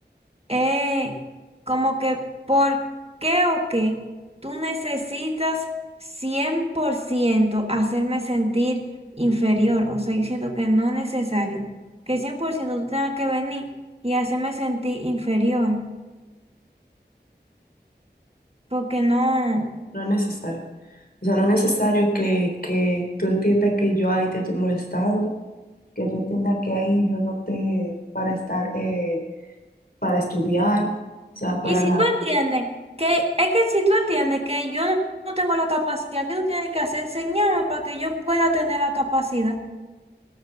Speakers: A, on the right (about 35°); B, on the left (about 55°).
A: es como que por qué o qué tú necesitas 100% hacerme sentir inferior, o sea, yo siento que no es necesario, que 100% tú tengas que venir y hacerme sentir inferior, porque no...
B: No es necesario. O sea, no es necesario que, que tú entiendas que yo ahí te estoy molestando, que tú entiendas que ahí yo no te para estar, eh, para estudiar, o sea, para
A: Y si
B: nada.
A: tú entiendes que, es que si tú entiendes que yo no no tengo la capacidad, que tú tienes que hacer? Enseñarme para que yo pueda tener la capacidad.